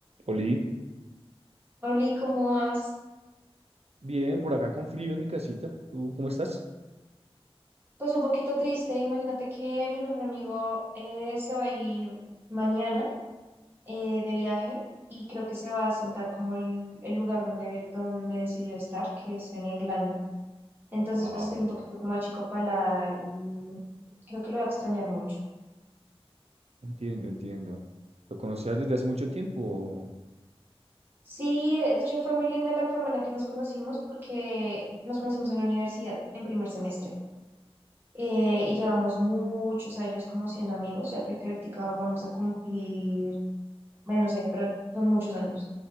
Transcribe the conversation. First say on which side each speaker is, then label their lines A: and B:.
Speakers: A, on the right; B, on the right.
A: Oli,
B: Oli, ¿cómo vas?
A: bien, por acá con frío en mi casita. ¿Tú cómo estás?
B: Pues un poquito triste. Imagínate que mi mejor amigo eh, se va a ir mañana eh, de viaje y creo que se va a sentar como el, el lugar donde, donde decidió estar, que es en Irlanda. Entonces,
A: Wow,
B: pues estoy un poquito como achicopalada y creo que lo va a extrañar mucho.
A: entiendo, entiendo. ¿Lo conocías desde hace mucho tiempo?
B: Sí, eh, de hecho fue muy linda la forma en la que nos conocimos porque nos conocimos en la universidad en primer semestre eh, y llevamos muchos años como siendo amigos. Ya creo que ahorita vamos a cumplir. bueno, no sé, pero son muchos años.